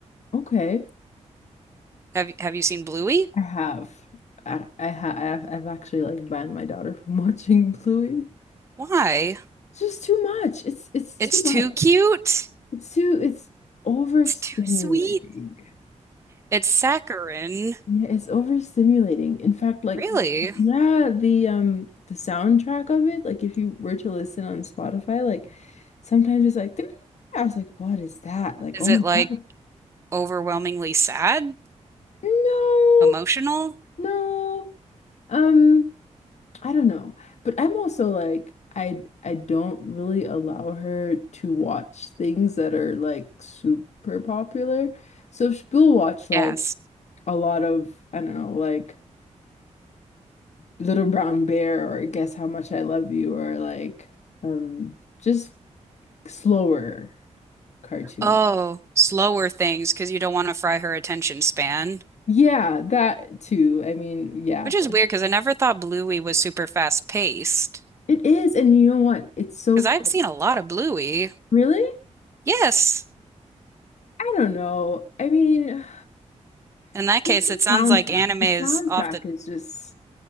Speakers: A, on the left; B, on the right.
A: Okay.
B: Have have you seen Bluey?
A: I have. I I ha I have, I've actually like banned my daughter from <laughs> watching Bluey.
B: Why?
A: It's just too much. It's it's too
B: It's
A: much.
B: too cute.
A: It's too it's overstimulating.
B: It's too sweet. It's saccharine.
A: Yeah, it's overstimulating. In fact, like
B: Really?
A: yeah, the um the soundtrack of it, like if you were to listen on Spotify, like sometimes it's like <tsk> I was like, what is that? Like,
B: Is
A: oh
B: it
A: my
B: like
A: God.
B: overwhelmingly sad?
A: No,
B: Emotional?
A: no. Um, I don't know. But I'm also like I I don't really allow her to watch things that are like super popular. So she'll watch like
B: Yes.
A: a lot of, I don't know, like Little Brown Bear or Guess How Much I Love You or like um just slower cartoon.
B: Oh, slower things because you don't want to fry her attention span.
A: Yeah, that too. I mean, yeah.
B: Which is weird because I never thought Bluey was super fast paced.
A: It is, and you know what? It's so
B: Because I've
A: quick.
B: seen a lot of Bluey.
A: Really?
B: Yes.
A: I don't know. I mean,
B: In
A: <sighs>
B: that case,
A: the
B: it sounds
A: soundtrack.
B: like anime
A: The
B: is
A: soundtrack
B: off the
A: is just